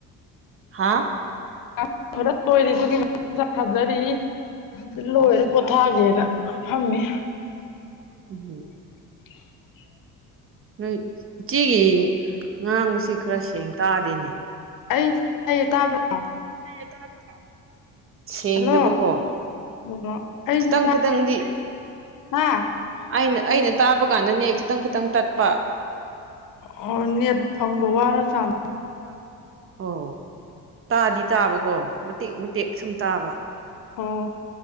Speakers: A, on the right (about 35°); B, on the left (about 60°).
A: ꯍꯥꯥ
B: <unintelligible> ꯈꯔ ꯂꯣꯏꯔꯦ ꯑꯗꯨꯒꯤ <unintelligible> ꯆꯥꯛ ꯍꯥꯖꯔꯤ ꯑꯗꯨ ꯂꯣꯏꯔꯦ ꯄꯣꯊꯥꯒꯦꯅ ꯐꯝꯃꯤ
A: ꯎꯝꯍꯨꯝ
B: <unintelligible>
A: ꯅꯣꯏ ꯏꯆꯦꯒꯤ ꯉꯥꯡꯕꯁꯤ ꯈꯔ ꯁꯦꯡ ꯇꯥꯗꯦꯅꯦ
B: ꯑꯩꯗꯤ ꯇꯥꯏꯌꯦ ꯇꯥꯕ꯭ꯔꯣ
A: ꯇꯥꯏꯌꯦ ꯇꯥꯕ꯭ꯔꯣ ꯁꯦꯡꯗꯕꯀꯣ
B: ꯍꯜꯂꯣ <unintelligible> ꯑꯩꯗꯤ
A: ꯈꯤꯇꯪ
B: ꯇꯥꯏꯌꯦ
A: ꯈꯤꯇꯪꯗꯤ
B: <unintelligible> ꯃꯥ
A: ꯑꯩꯅ ꯑꯩꯅ ꯇꯥꯕ ꯀꯥꯟꯗꯅꯦ ꯈꯤꯇꯪ ꯈꯤꯇꯪ ꯇꯠꯄ
B: ꯑꯣ ꯅꯦꯠ ꯐꯪꯕ ꯋꯥꯔ ꯖꯥꯠꯂꯣ__
A: <unintelligible> ꯑꯣ ꯇꯥꯗꯤ ꯇꯥꯕꯀꯣ ꯃꯇꯦꯛ ꯃꯇꯦꯛ ꯁꯨꯝ ꯇꯥꯕ
B: ꯑꯣ